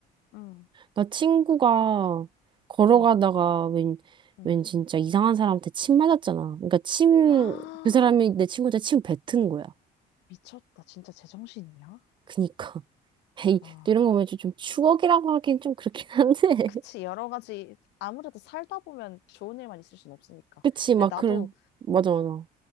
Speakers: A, on the left; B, on the right.
A: 음,
B: 나 친구가 걸어가다가
A: 음,
B: 웬,
A: 음.
B: 웬 진짜 이상한 사람한테 침 맞았잖아. 그러니까 침,
A: 아,
B: 그 사람이 내
A: <gasps>
B: 친구한테 침 뱉은 거야.
A: 미쳤다. 진짜 제정신이야?
B: 그니까. <laughs> 에이,
A: 아,
B: 또 이런 거 보면 좀 좀 추억이라고 하긴 좀 그렇긴 한데.
A: 그치.
B: <laughs>
A: 여러 가지, 아무래도 살다 보면 좋은 일만 있을 순 없으니까.
B: 그치, 막
A: 나도
B: 그런, 맞아, 맞아.